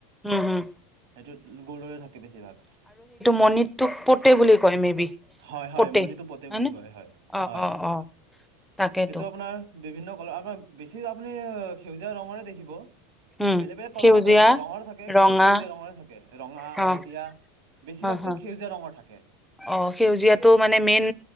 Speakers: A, in the centre; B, on the right.
A: উম, উম,
B: সেইটো গল্ডৰে থাকে বেছিভাগ
A: মণিতটোক পতে বুলি কয় মে বি
B: হয়, হয়,
A: পতে
B: মণিটো পতে
A: হয়নে
B: বুলি কয় হয়,
A: অ
B: হয়,
A: অ অ তাকেইেতো
B: সেইটো আপোনাৰ বিভিন্ন কলৰ আপোনাৰ বেছি আপুনি সেউজীয়া ৰঙৰে দেখিব
A: উম,
B: বেলেগ বেলেগ কলৰৰ
A: সেউজীয়া
B: ৰঙৰ থাকে বেছি
A: ৰঙা
B: সেউজীয়া ৰঙৰে থাকে ৰঙা
A: অ',
B: হালধীয়া বেছিভাগ
A: অ', অ',
B: এক সেউজীয়া ৰঙৰ থাকে
A: অ সেউজীয়াাতটো মানে মেইন